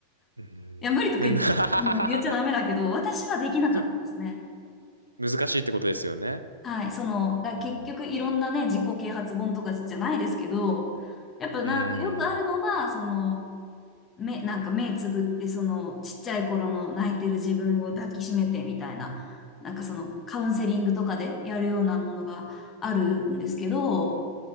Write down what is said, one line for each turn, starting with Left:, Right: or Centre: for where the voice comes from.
Right: うーん。
Left: いや、無理とか言っ、
Right: ねな <laughs>
Left: あの言っちゃダメだけど、私はできなかったですね。
Right: でも難しいってことですよね。
Left: はい、その、だ結局いろんなね、
Right: うん。
Left: 自己啓発本とかじゃないですけど、やっぱなんかよくあるのは、
Right: うーん。
Left: その、目、なんか目つぶって、その、ちっちゃい頃の泣いてる自分を抱きしめてみたいな、なんかその、カウンセリングとかでやるようなものがあるんですけど、